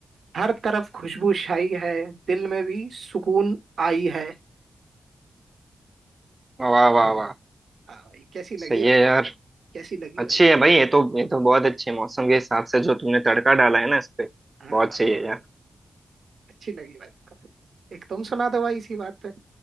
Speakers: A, on the right; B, on the right.
A: हर तरफ खुशबू छाई है दिल में भी सुकून आई है
B: वाह वाह वाह
A: हाँ भाई कैसी लगी
B: सही
A: भाई
B: है यार
A: है कैसी लगी
B: अच्छी
A: भाई है
B: है भाई ये तो ये तो बहुत अच्छी है मौसम के हिसाब से जो तुमने तड़का डाला है ना इस पे
A: हाँ
B: बहुत सही
A: भाई,
B: है यार
A: अच्छी लगी भाई को। एक तुम सुना दो भाई इसी बात पे